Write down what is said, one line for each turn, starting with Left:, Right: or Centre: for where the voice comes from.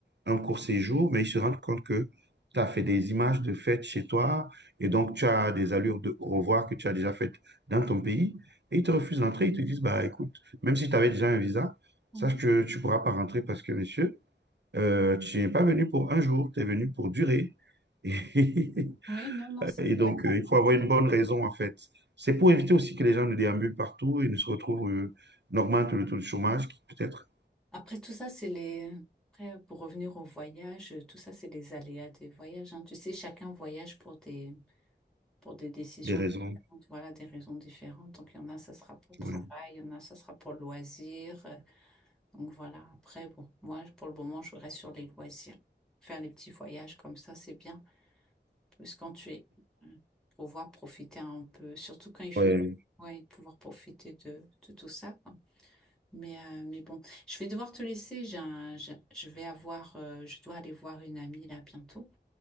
Right: un court séjour, mais ils se rendent compte que tu as fait des images de fête chez toi et donc tu as des allures de au revoir que tu as déjà faites dans ton pays et ils te refusent d'entrer. Ils te disent, bah écoute, même si tu avais déjà un visa,
Centre: Mhm.
Right: sache que tu ne pourras pas rentrer parce que, monsieur, euh, tu n'es pas venu pour un jour, tu es venu pour durer. <laughs>
Centre: Oui, non, non, c'est
Right: Et
Centre: clair.
Right: donc, euh, il faut avoir une bonne raison, en fait. C'est pour éviter aussi que les gens ne déambulent partout et ne se retrouvent, euh, n'augmentent le taux de chômage, qui peut être
Centre: Après tout ça, c'est les... Après, pour revenir au voyage, tout ça, c'est les aléas des voyages. hein. Tu sais, chacun voyage pour des, pour des décisions
Right: des raisons.
Centre: différentes, voilà, des raisons différentes. Donc il y en a, ça sera pour le travail,
Right: Ouais.
Centre: il y en a, ça sera pour le loisir. euh, Donc voilà, après, bon, moi, pour le moment, je reste sur les loisirs. Faire les petits voyages comme ça, c'est bien. Parce que quand tu es, euh, pouvoir profiter un peu, surtout quand il fait,
Right: Ouais.
Centre: ouais, pouvoir profiter de, de tout ça, quoi. Mais, euh, mais bon, je vais devoir te laisser. J'ai un- j'ai- je vais avoir, euh, je dois aller voir une amie là bientôt.